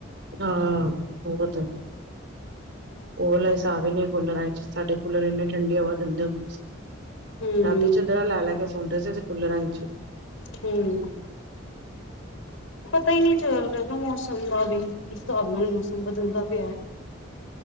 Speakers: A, on the right; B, on the left.
A: ਹਾਂ। ਉਹ ਤਾਂ ਹੈ। ਉਹ ਓਸ ਆ ਨੇ ਕੂਲਰਾਂ ਚ, ਸਾਡੇ ਕਲਰ ਇੰਨੀ ਠੰਡੀ ਹਵਾ ਦਿੰਦੇ ਹੁੰਦੇ ਸੀ।
B: ਹੂੰ
A: ਰਾਤੀ ਚੱਦਰਾ ਲੈ -ਲੈ ਕੇ ਸੌਦੇ ਸੀ। ਕੂਲਰਾ ਚ,
B: ਹੂੰ ਪਤਾ ਹੀ ਨਹੀਂ ਚੱਲ ਰਿਹਾ ਨਾ ਮੌਸਮ ਦਾ ਵੀ। ਕਿਸ ਹਿਸਾਬ ਨਾਲ ਮੌਸਮ ਬਦਲਦਾ ਪਿਆ।